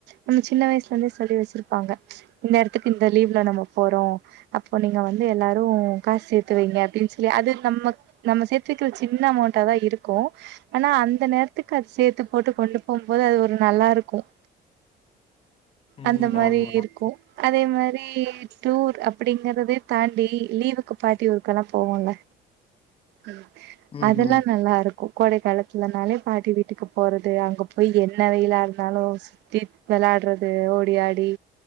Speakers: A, on the right; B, on the left.
A: நம்ம சின்ன வயசுல இருந்தே சொல்லி வச்சிருப்பாங்க இந்த எடத்துக்கு இந்த லீவ்ல நம்ம போறோ அப் இப்போ நீங்க வந்து எல்லாரும் காசு சேத்து வைங்க அப்டின் சொல்லி அது நம்மக் நம்ம சேத்து வக்கற சின்ன அமௌண்டா தா இருக்கும் ஆனா அந்த நேரத்துக்கு அது சேர்த்து போட்டு கொண்டு போம்போது அது ஒரு நல்லா இருக்கும்
B: உண்மதான்,
A: அந்த மாரி
B: உண்மதான்.
A: இருக்கும் அதே மாரி டூர் அப்டிங்கறதே தாண்டி லீவுக்கு பாட்டி ஊருக்கெல்லா போவோல்ல ம்
B: ம்ஹ்ம்.
A: அதெல்லா நல்லா இருக் கோ கோடைக் காலத்துலனாலே பாட்டி வீட்டுக்கு போறது அங்க போய் என்ன வெயிலா இருந்தாலும் சு தித் வெளாறது ஓடி ஆடி